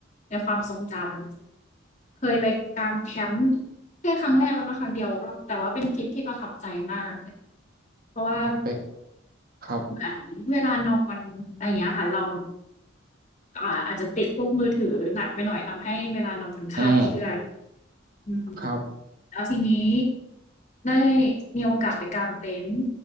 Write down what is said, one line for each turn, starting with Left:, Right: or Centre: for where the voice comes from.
Left: ในความทรงจำเคยไปกางแคมป์แค่ครั้งแรกแล้วก็ครั้งเดียวก็แต่ว่าเป็นทริปที่ประทับใจมากเลยค่ะเพราะว่า
Right: เป็กครับ
Left: เหมือนเวลานอนอะไรอย่างเงี้ยค่ะเราอ่าอาจจะติดพวกมือถือหนักไปหน่อยทำให้เวลานอนมันคลาดเคลื่อน
Right: อืม
Left: อืม
Right: ครับ
Left: แล้วทีนี้ได้มีโอกาสไปกางเต็นท์